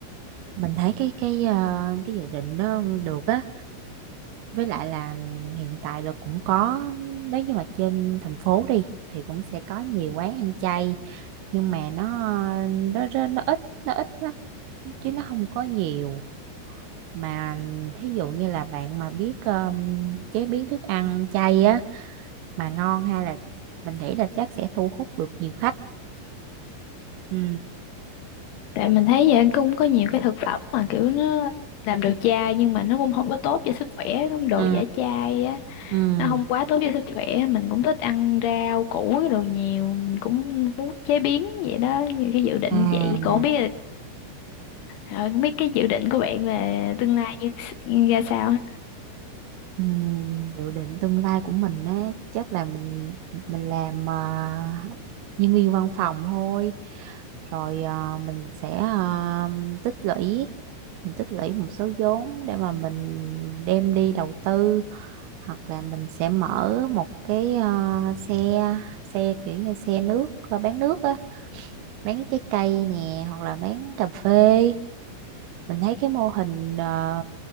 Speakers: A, on the right; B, on the left.
A: mình thấy cái cái ờ, cái dự định đó được á với lại là hiện tại là cũng có nếu như mà trên thành phố đi thì cũng sẽ có nhiều quán ăn chay nhưng mà nó nó nó, nó ít nó ít lắm chứ nó không có nhiều mà thí dụ như là bạn mà biết um, chế biến thức ăn chay á mà ngon hay là mình nghĩ là chắc sẽ thu hút được nhiều khách ừ
B: tại mình thấy vậy cũng có nhiều cái thực phẩm mà kiểu nó làm được chai nhưng mà nó cũng không có tốt cho sức khỏe cái đồ
A: ừ
B: giả chai á
A: ừ
B: nó không quá tốt cho sức khỏe mình cũng thích ăn rau củ cái đồ nhiều mình cũng muốn chế biến vậy đó như cái dự định
A: à
B: vậy còn không biết là ờ, không biết cái dự định của bạn là tương lai như, như ra sao ha
A: Ừ, dự định tương lai của mình á chắc là mình mình làm à, nhân viên văn phòng thôi rồi à, mình sẽ à, tích lũy mình tích lũy một số vốn để mà mình đem đi đầu tư hoặc là mình sẽ mở một cái à, xe xe kiểu như xe nước à, bán nước á bán nước trái cây nè hoặc là bán cà phê mình thấy cái mô hình à,